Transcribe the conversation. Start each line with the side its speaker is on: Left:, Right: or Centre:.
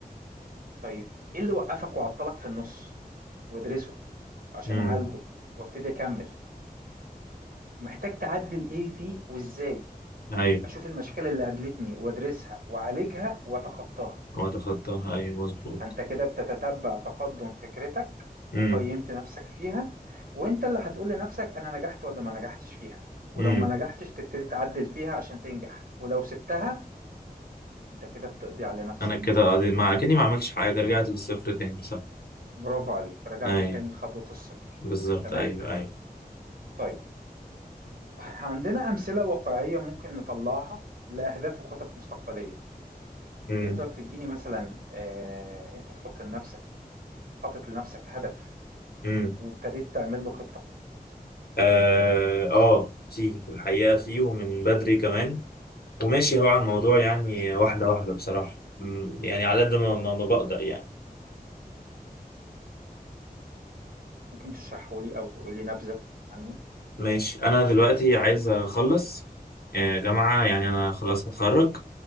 Right: طيب ايه اللي وقفك وعطلك في النص وادرسه عشان
Left: امم
Right: اعالجه وابتدي اكمل محتاج تعدل ايه فيه وازاي
Left: ايوه
Right: اشوف المشكلة اللي قابلتني وادرسها واعالجها واتخطاها
Left: هو تخطاها ايوه مظبوط
Right: انت كده بتتتبع تقدم فكرتك
Left: امم
Right: وقيمت نفسك فيها وانت اللي هتقول لنفسك انا نجحت ولا ما نجحتش فيها ولو
Left: امم
Right: ما نجحتش تبتدي تعدل فيها عشان تنجح ولو سبتها انت كده بتقضي على نفسك
Left: انا كده قاعد- ما اكني ما عملتش حاجه رجعت للصفر تاني صح
Right: برافو عليك رجعت
Left: ايوه
Right: لتاني خطوة الصفر
Left: بالظبط
Right: تمام
Left: ايوه ايوه
Right: طيب عندنا أمثلة واقعية ممكن نطلعها لأهداف وخطط مستقبلية
Left: امم
Right: تقدر تديني مثلا آه، أنت تحط لنفسك حاطط لنفسك هدف
Left: امم
Right: وابتديت تعمل له خطة
Left: اه آه، في في الحقيقه في ومن بدري كمان وماشي هو على الموضوع يعني واحده واحده بصراحه أمم، يعني على قد ما ما ما بقدر يعني
Right: ممكن تشرحه لي أو تقول لي نبذة عنه
Left: ماشي انا دلوقتي عايز اخلص آه، جامعة يعني انا خلاص متخرج